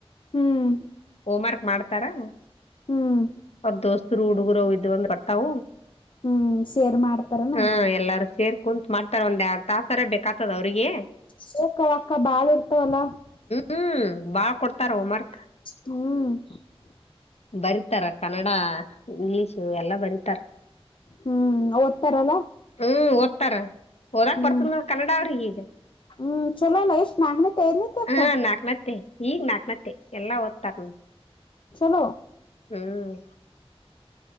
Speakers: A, on the left; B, on the left.
A: ಹ್ಮ್
B: ಹೋಮ್ ವರ್ಕ್ ಮಾಡ್ತಾರಾ
A: ಹ್ಮ್
B: ಅವದ ದೋಸ್ತ ಹುಡುಗರು ಇದದು ಒಂದು ತಾವು
A: ಹ್ಮ್ ಶೇರ್ ಮಾಡ್ತಾರನು
B: ಹ ಎಲ್ಲಾರೂ ಸೇರ್ ಕುಂತ ಮಾಡ್ತಾರ ಒಂದ ಎರಡ ತಾಸರ ಬೇಕ. <unintelligible> ಸಾಕ ಅದ ಅವರಿಗೆ, <unintelligible>
A: ಸೂಕ್ಕವ ಅಕ್ಕ ಬಾಳ ಇರ್ತವಲ್ಲ? <unintelligible>
B: ಹ್ಮ್ ಬಾಳ್ ಕೊಡ್ತಾರ ಹೋಮ್ ವರ್ಕ್
A: ಹೂ <unintelligible>
B: ಬರಿತಾರ ಕನ್ನಡ <unintelligible> ಇಂಗ್ಲಿಷು ಎಲ್ಲಾ ಬಂದತಾರ
A: ಹ್ಮ್ ಓದ್ತಾರಲ್ಲ
B: ಹ್ಮ್ ಓದತಾರ ಹಓದಾಕ್
A: ಹ್ಮ್
B: ಬರ್ತನ ಕನ್ನಡ ಅವ್ರ ಈಗ
A: ಹ್ಮ್ ಚಲೋ ಅಲ್ಲ ಎಷ್ಟ್ ನಾಗನೇತೆ ದನೇತ್ಯ ಅಕ್ಕ
B: ಹಾ ನಾಕ್ನತ್ತೆ ಈಗ್ ನಾಕ್ನತ್ತೆ ಎಲ್ಲಾ ಓದ್ತಾರ ನಮ್
A: ಹೊ
B: ಹ್ಮ್